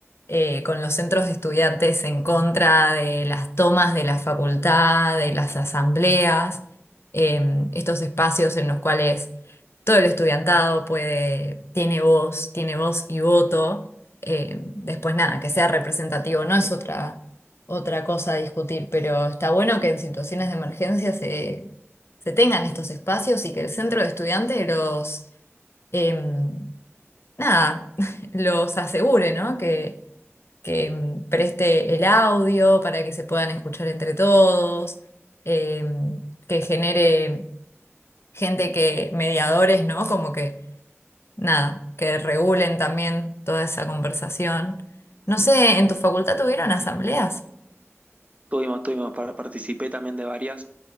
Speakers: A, on the left; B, on the right.
A: eh, con los centros de estudiantes en contra de las tomas de la facultad, de las asambleas, eh, estos espacios en los cuales todo el estudiantado puede, tiene voz, tiene voz y voto. Eh, después nada, que sea representativo no es otra, otra cosa a discutir, pero está bueno que en situaciones de emergencia se, se tengan estos espacios y que el centro de estudiantes los... em, Nada, <laughs> los asegure, ¿no? Que, que mm, preste el audio para que se puedan escuchar entre todos, eh, que genere gente que, mediadores, ¿no? Como que, nada, que regulen también toda esa conversación. No sé, ¿en tu facultad tuvieron asambleas?
B: Tuvimos, tuvimos, par- participé también de varias